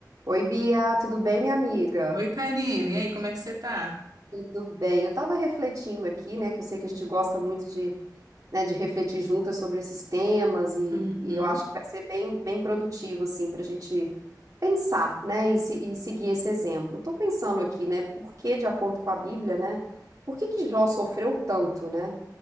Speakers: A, on the right (about 50°); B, on the right (about 65°).
A: Oi, Bia, tudo bem, minha amiga?
B: Oi, Karine. E aí, como é que você tá?
A: Tudo bem. Eu estava refletindo aqui, né, que eu sei que a gente gosta muito de, né, de refletir juntas sobre esses temas e,
B: Uhum,
A: e eu acho que vai ser bem, bem produtivo, assim, para a gente pensar, né, e, se- e seguir esse exemplo. Estou pensando aqui, né, por que, de acordo com a Bíblia, né, por que que Jó sofreu tanto, né?